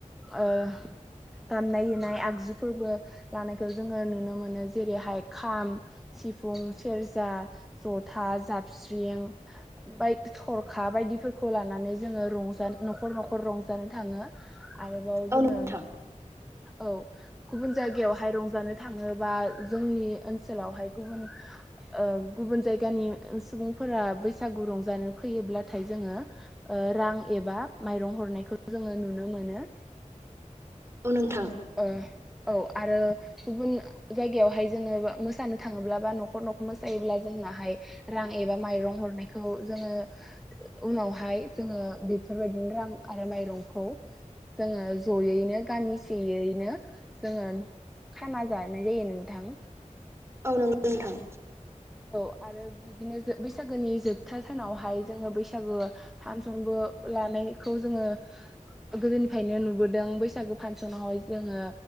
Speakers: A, in the centre; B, on the right.
A: ओ दामनाय देनाय आगजुफोरबो लानायखौ जोङो नुनो मोनो जेरैहाय खाम सिफुं सेरजा जथा जाबस्रिं बाय थरखा बायदिफोरखौ लानानै जोङो रंजा न'खर न'खर रंजानो थाङो। आरोबाव
B: औ
A: जोङो
B: नोंथां
A: औ गुबुन जायगायावहाय रंजानो थाङोबा जोंनि ओनसोलावहाय गुबुन ओ गुबुन जायगानि सुबुंफोरा बैसागु रंजानो फैयोब्लाथाय जोङो रां एबा माइरं हरनायखौ जोङो नुनो मोनो
B: औ नोंथां
A: ओ औ आरो गुबुननि जायगायावहाय जोङो मोसानो थाङोब्ला बा न'खर न'खर मोसायोब्ला जोंनाहाय रां एबा माइरं हरनायखौ जोङो उनावहाय जोङो बेफोरबायदिनो रां आरो माइरंखौ जोङो ज'यैनो गामि सेयैनो जोङो खाना जानाय जायो नोंथां
B: औ नों नोंथां
A: औ आरो बिदिनो बैसागोनि जोबथा सानावहाय जोङो बैसागो फानसनबो लानायखौ जोङो गोदोनिफ्रायनो नुबोदों बैसागो फासनावहाय जोङो